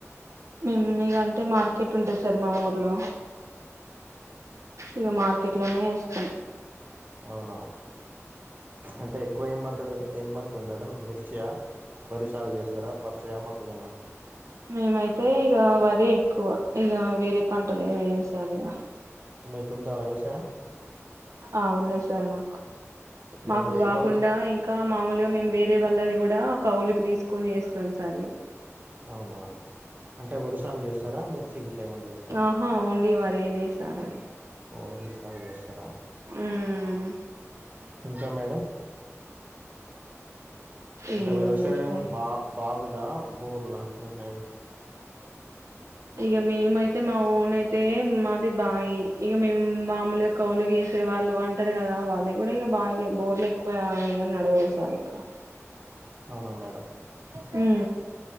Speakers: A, on the right (about 75°); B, on the right (about 35°).
A: మేము మీకంటే మార్కెట్ ఉంటాంది సార్ మా ఊర్లో ఇక మార్కెట్లనే ఏస్తాం
B: అవునా అంటే ఎక్కువ ఏం పండు ఏం పడుతుంది మేడమ్ మిర్చి వరి సాగు చేస్తారా పత్త మొక్కజోన్న
A: మేమైతే ఇక వరి ఎక్కువ ఇక వేరే పంటలు ఏమి ఇయ్యాము సార్ ఇగా
B: మీకుంద వ్యవసాయం
A: ఆ ఉన్నది సార్ మాకు
B: అంటే
A: మాకు
B: మీరు ఎక్కువ
A: కాకుండా ఇంకా మామూలుగా మేము వేరే వాళ్ళది కూడా కవులకి తీసుకొని చేస్తాం సార్
B: అవునా అంటే వరుసాలు చేస్తారా మిర్చి గిట్ల ఏమైనా చేస్తారా
A: ఆహా ఓన్లీ వరినే సార్ అది
B: వరిసాలు చేస్తారా
A: ఉమ్
B: ఇంకా మేడం అంటే
A: ఏమున్నాయి
B: వ్యవసాయం
A: సార్
B: బా బావిలా బోర్లా మీ సైడ్
A: ఇక మేమయితే మా ఓన్ అయితే మాది బాయి ఇక మేము మామలుగా కౌలకి వేసి వాళ్ళు అంటారు కదా వాళ్ళు కూడా ఇక బాయిలే బోర్లు ఎక్కువ నడవవు సార్ ఇక్కడ
B: అవునా మేడం
A: హూ